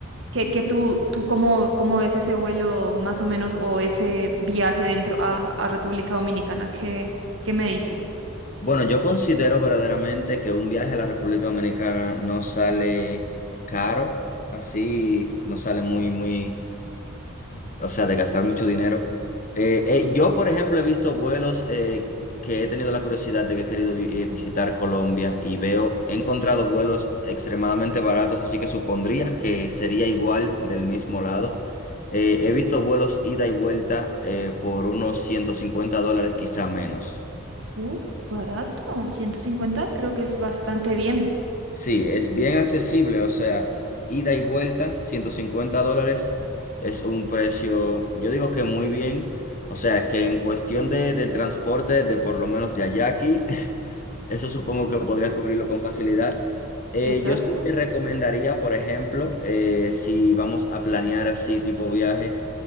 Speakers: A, on the right (about 65°); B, on the left (about 40°).
A: que, que tú, tú cómo, cómo ves ese vuelo más o menos o ese viaje dentro a, a República Dominicana. ¿Qué, qué me dices?
B: Bueno, yo considero verdaderamente que un viaje a la República Dominicana no sale caro, así, no sale muy, muy o sea, de gastar mucho dinero. Eh, eh, yo, por ejemplo, he visto vuelos eh, que he tenido la curiosidad de que he querido vi- eh, visitar Colombia y veo, he encontrado vuelos extremadamente baratos, así que supondría que sería igual del mismo lado. Eh, he visto vuelos ida y vuelta eh, por unos 150 dólares, quizá menos.
A: Uf, barato. ciento cincuenta, creo que es bastante bien.
B: Sí, es bien accesible, o sea, ida y vuelta, 150 dólares es un precio, yo digo que muy bien, o sea, que en cuestión de, del transporte de por lo menos de allá a aquí, <laughs> eso supongo que podrías cubrirlo con facilidad. Eh,
A: Exacto.
B: yo sí te recomendaría, por ejemplo, eh, si vamos a planear así tipo viaje,